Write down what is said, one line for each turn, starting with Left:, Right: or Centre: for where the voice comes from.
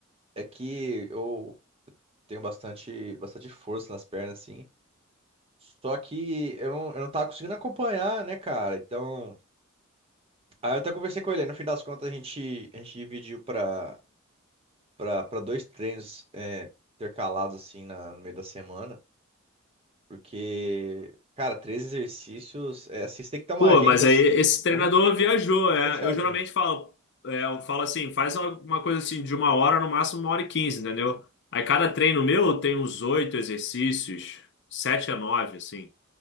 Right: É que eu tenho bastante, bastante força nas pernas, assim. Só que eu não, eu não tava conseguindo acompanhar, né, cara? Então. Aí eu até conversei com ele. Aí no fim das contas, a gente, a gente dividiu pra, pra, pra dois treinos é, intercalados, assim, na, no meio da semana. Porque, cara, três exercícios. É, assim, você tem que ter uma
Left: Pô,
Right: agenda,
Left: mas
Right: assim,
Left: aí esse treinador
Right: muito,
Left: viajou,
Right: muito
Left: é.
Right: fechadinha.
Left: Eu geralmente falo, é, eu falo assim, faz uma uma coisa assim de uma hora, no máximo uma hora e quinze, entendeu? Aí cada treino meu tem uns oito exercícios, sete a nove, assim.